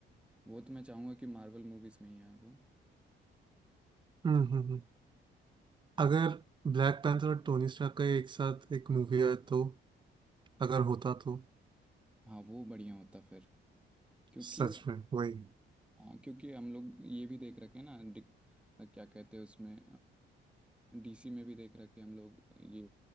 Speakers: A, in the centre; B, on the right.
A: वो तो मैं चाहूँगा कि मार्वल मूवीज़ में ही आए वो
B: हम्म हम्म हम्म। अगर ब्लैक पैंथर और टोनी स्टार्क का एक साथ एक मूवी है तो अगर होता तो
A: हाँ वो बढ़िया होता फिर क्योंकि
B: सच में वही
A: हाँ क्योंकि हम लोग ये भी देख रखे हैं ना डि- क्या कहते हैं उसमें डीसी में भी देख रखे हैं हम लोग ये